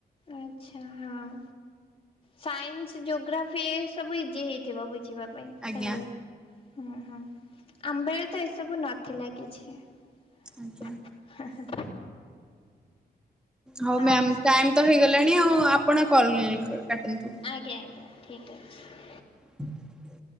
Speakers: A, on the left (about 35°); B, in the centre.
A: ଆଚ୍ଛା ହଁ। ସାଇନ୍ସ ଜୋଗ୍ରାଫି ଇଏ ସବୁ ଇଜି ହେଇଥିବ ବୁଝିବା ପାଇଁ
B: ଆଜ୍ଞା
A: ତାହେଲେ ହୁଁ ହୁଁ ଆମ ବେଳେତ ଏସବୁ ନଥିଲା କିଛି।
B: ଆଜ୍ଞା
A: <unintelligible>
B: ହଉ
A: ଆଉ
B: ମ୍ୟାମ୍ ଟାଇମତ ହେଇଗଲାଣି ଆଉ ଆପଣ କଲ୍ କାଟନ୍ତୁ।
A: ଆଜ୍ଞା ଆଜ୍ଞା ଠିକ୍ ଅଛି।
B: <inaudible>